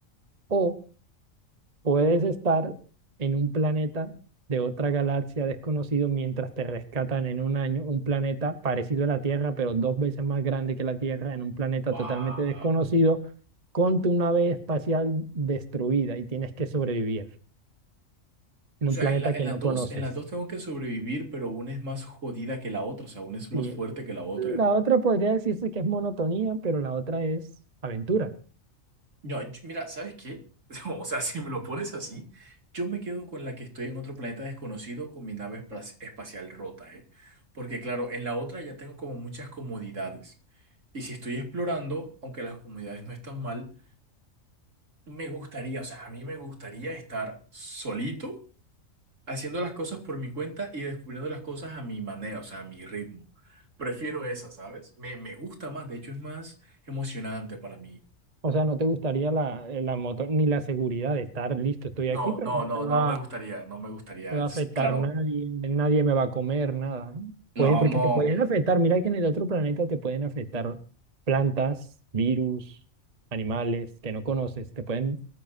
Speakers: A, on the right; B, on the right.
A: o Puedes estar en un planeta de otra galaxia desconocido mientras te rescatan en un año un planeta parecido a la Tierra, pero dos veces más grande que la Tierra, en un planeta
B: Guau.
A: totalmente desconocido, con tu nave espacial destruida y tienes que sobrevivir en
B: O sea,
A: un planeta
B: en la, en
A: que
B: las
A: no
B: dos,
A: conoces.
B: en las dos tengo que sobrevivir, pero una es más jodida que la otra. O sea, una es
A: Y
B: más fuerte que la otra.
A: la otra podría decirse que es monotonía, pero la otra es aventura.
B: No, yo- mira, ¿sabes qué? <laughs> O sea, si me lo pones así, yo me quedo con la que estoy en otro planeta desconocido con mi nave espa- espacial rota, ¿eh? Porque claro, en la otra ya tengo como muchas comodidades. Y si estoy explorando, aunque las comodidades no están mal, Me gustaría, o sea, a mí me gustaría estar solito haciendo las cosas por mi cuenta y descubriendo las cosas a mi manera, o sea, a mi ritmo. Prefiero esa, ¿sabes? Me, me gusta más, de hecho es más emocionante para mí.
A: O sea, no te gustaría la, eh, la moto ni la seguridad de estar listo, estoy aquí,
B: No,
A: pero
B: no,
A: no
B: no,
A: me va
B: no me gustaría, no me gustaría.
A: me va a afectar
B: Sí, claro,
A: nadie, nadie me va a comer, nada. ¿no?
B: no,
A: Puede, porque
B: no.
A: te pueden afectar, mira que en el otro planeta te pueden afectar plantas, virus, animales que no conoces, te pueden